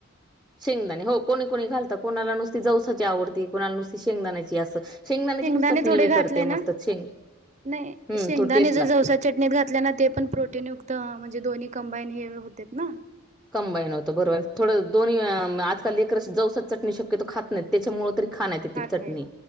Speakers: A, in the centre; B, on the right.
A: शेंगदाणे हो कोणी कोणी घालतं कोणाला नुसती जौसाची आवडती कोणाला नुसती शेंगदाण्याची अस शेंगदाण्याची
B: शेंगदाणे
A: पण चटणी
B: थोडे
A: मी
B: घातले
A: करते
B: ना
A: मस्त शेंग
B: नाही
A: हम्म
B: शेंगदाणे
A: थोडी टेस्ट
B: जर
A: लागते
B: जवसा चटणीत घातल्या ना ते पण प्रोटीनयुक्त म्हणजे दोन कंबाईन हे होते ना
A: कंबाईन होतं बरोबर थोडं दोन्ही आजकाल लेकर जवसच चटणी शक्यतो खात नाहीत त्याच्यामुळे तर खाण्यात येती
B: खात
A: चटणी
B: नाहीत.